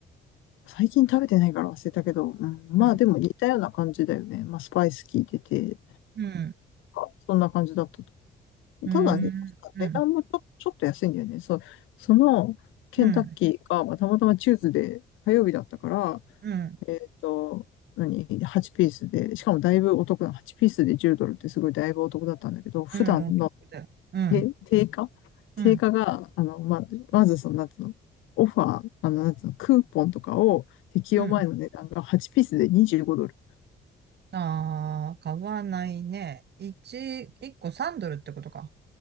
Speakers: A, on the left; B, on the right.
A: 最近食べてないから忘れたけど、うん、まあでも似たような感じだよね。
B: う
A: まあスパイス効いてて、
B: ん、うん、
A: あそんな感じだったと。
B: うん、
A: ただね、確か値段もちょ、
B: うん、
A: ちょっと安いんだよね。そう、そのケンタッキーが、
B: うん、
A: まあ、たまたまチューズで火曜日だったから、
B: うん、
A: えっと、何 ?8 ピースで、しかもだいぶお得な、8ピースで10ドルってすごいだいぶお得だったんだけど、普段の
B: うんお得だよ。うん、
A: え、定価定価が、
B: うん。
A: あの、ま、まずその、なんつうの、オファー、あの、なんつうの、クーポンとかを適用前の値段が8ピースで25ドル。
B: うん。ああ、買わないね。一、一個3ドルってことか。